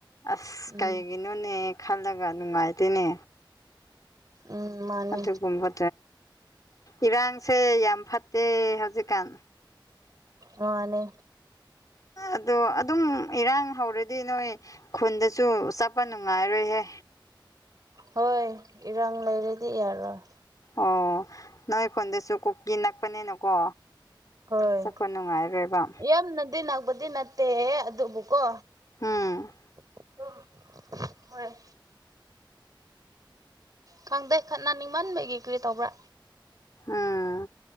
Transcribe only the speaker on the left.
ꯑꯁ
ꯀꯩꯒꯤ ꯅꯣꯅꯦ ꯈꯜꯂꯒ ꯅꯨꯡꯉꯥꯏꯇꯦꯅꯦ
ꯑꯗꯨꯒꯨꯝꯕ ꯏꯔꯥꯡꯁꯦ ꯌꯥꯝ ꯐꯠꯇꯦ ꯍꯧꯖꯤꯛꯀꯥꯟ
ꯑꯗꯣ ꯑꯗꯨꯝ ꯏꯔꯥꯡ ꯍꯧꯔꯗꯤ ꯅꯣꯏ ꯈꯨꯟꯗꯁꯨ ꯆꯠꯄ ꯅꯨꯡꯉꯥꯏꯔꯣꯏꯍꯦ
ꯑꯣ ꯅꯣꯏ ꯈꯣꯟꯗꯁꯨ ꯀꯣꯀꯤ ꯅꯛꯄꯅꯤꯅꯀꯣ
ꯆꯠꯄ ꯅꯨꯡꯉꯥꯏꯔꯣꯏꯕ
ꯎꯝ
ꯎꯝ